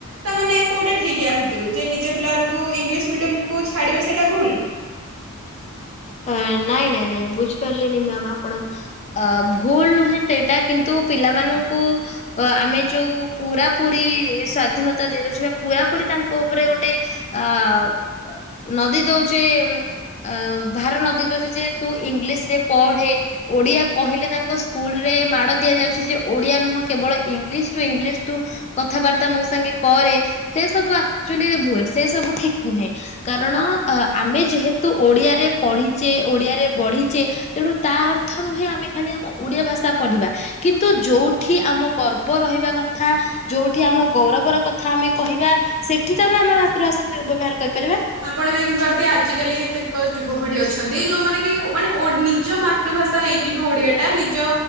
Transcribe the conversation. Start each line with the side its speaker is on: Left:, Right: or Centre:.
Right: ତ ମାନେ କୋଉଟା ଠିକ୍ ୟା ଭିତରୁ ଯେ ନିଜ ପିଲାମାନଙ୍କୁ ଇଂଲିଶ ମିଡିୟମ୍ କୁୁ ଛାଡିବା ସେଟା ଭୁଲ? <inaudible>
Left: ଏ ନାଇଁ, ନାଇଁ, ନାଇଁ ବୁଝିପାରଲେନି ମ୍ୟାମ୍ ଆପଣ। ଅ, ଭୁଲ ନୁହେଁ ସେଇଟା, କିନ୍ତୁ ପିଲାମାନଙ୍କୁ ଅ, ଆମେ ଯୋଉ ପୁରାପୁରି ସ୍ଵାଧୀନତା ଦେଇଦେଉଛୁ ବା ପୁରାପୁରି ତାଙ୍କ ଉପରେ ଗୋଟେ ଆ, ବ- ନଦି ଦଉଛେ ଉଁ, ଆଉ ଭାର ନଦି ଘରେ ଯେହେତୁ ଇଂଲିଶ ରେ ପଢେ ଓଡିଆ କହିଲେ ତାଙ୍କ ସ୍କୁଲ୍ ରେ ମାଡ଼ ଦିଆଯାଉଛି ଯେ ଓଡିଆ ନୁହଁ କେବଳ ଇଂଲିଶ ଟୁ ଇଂଲିଶ ତୁ କଥାବାର୍ତ୍ତା ମୋ ସାଙ୍ଗେ କରେ, ସେ ସବୁ ଆକ୍ଚୁଲି ଭୁଲ, ସେ ସବୁ ଠିକ୍ ନୁହେଁ, ଅ, କାରଣ ଆମେ ଯେହେତୁ ଓଡିଆରେ ପଢି ଚେ ଓଡିଆରେ ବଢିଚେ, ତେଣୁ ତା ଅର୍ଥ ନୁହେଁ ଆମେ ଖାଲି ଆମ ଓଡିଆ ଭାଷା ପଢିବା। କିନ୍ତୁ ଯୋଉଠି ଆମ ଗର୍ବ ରହିବା କଥା ଯୋଉଠି ଆମ ଗୌରବର କଥା ଆମେ କହିବା ସେଠି ତ ଆମେ ଆମେ ମାତୃଭାଷା କୁ ବ୍ୟବହାର କରିପାରିବା।
Right: ଆପଣ ବି ଦେଖିପାରୁଥିବେ ଆଜିିକାଲି କେତେକ ଯୁବପିଢି ଅଛନ୍ତି, ଏଇ ଯୋଉମାନେ କି ଓ ମାନେ ଓ ନିଜ ମାତୃଭାଷା ହେଇକି ବି ଓଡିଆ ଟା ନିଜ